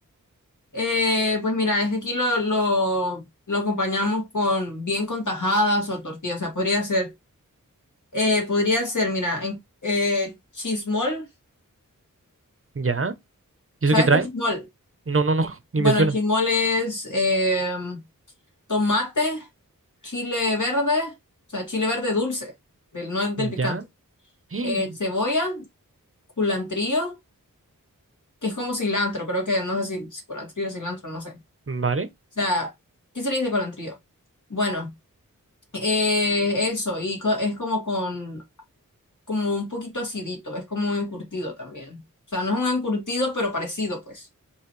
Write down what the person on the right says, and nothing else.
¿Ya? ¿Y
eso qué trae?
No, no, no, <laughs> ni
me suena.
Ya.
<gasps>
Vale.